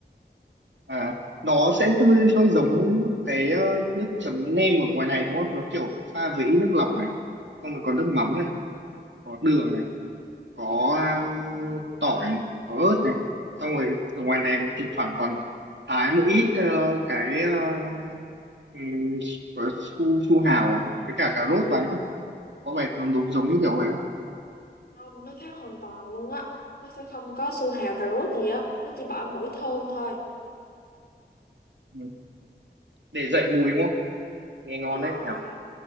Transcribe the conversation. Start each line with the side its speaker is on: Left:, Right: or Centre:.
Right: À nó sẽ
Left: ừ
Right: hơi, hơi giống cái ờ, nước chấm nem ở ngoài này đúng không? Nó kiểu pha với ít nước lọc này, xong rồi có nước mắm này, có đường này có à, tỏi này, có ớt này xong rồi ở ngoài này thỉnh thoảng còn thái một ít ờ, cái uh, um, su su hào à, với cả cà rốt vào nữa có vẻ nó đúng giống như kiểu vậy không
Left: Không, nó khác hoàn toàn luôn á. Nó sẽ không có su hào cà rốt gì á. Nó chỉ bỏ mỗi thơm thôi.
Right: ừ. để dậy mùi đúng không nghe
Left: Đúng
Right: ngon
Left: rồi.
Right: đấy nhỉ